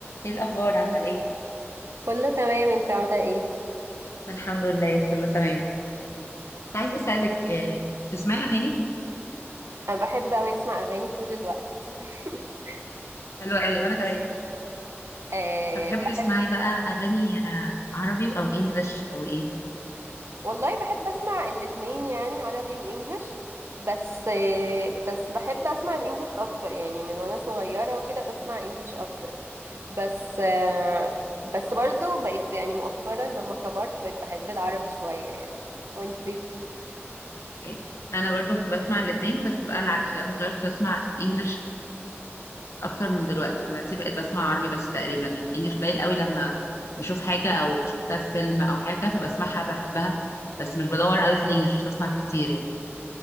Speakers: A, on the left (about 80°); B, on the right (about 70°).
A: ايه الاخبار عامله ايه
B: كله تمام انت عاملة ايه؟
A: الحمد لله كله تمام كنت عايزه اسالك آه، بتسمعي اغاني
B: انا بحب اوي اسمع اغاني طول الوقت <laughs>
A: حلوه قوي وانا كمان
B: أه
A: طب بتحبي
B: بحب
A: تسمعي بقى اغاني آه، عربي او انجليش او ايه
B: والله بحب اسمع الاتنين يعني عربي وانجليش بس أه بس بحب اسمع الانجليش اكتر يعني من وانا صغيرة وكده بسمع انجليش اكتر بس أه بس برضو بقيت يعني مؤخرا لما كبرت بقيت بحب العربي شوية يعني وانتي
A: إيه؟ انا برضو كنت بسمع الاثنين بس بقى العكس يعني أنا صغيره كنت بسمع انجليش اكتر من دلوقتي دلوقتي بقيت بسمع عربي بس تقريبا يعني انجليش قليل قوي لما بشوف حاجه او شفتها في فيلم او حاجه فبسمعها بحبها بس مش بدور قوي في الانجليش مش بسمع فيه كتير يعني.